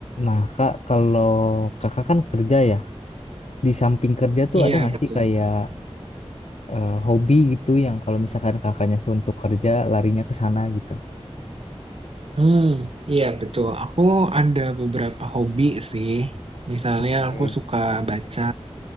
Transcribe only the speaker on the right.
Iya,
betul.
Hmm, iya, betul. Aku ada beberapa hobi sih. Misalnya
aku suka baca,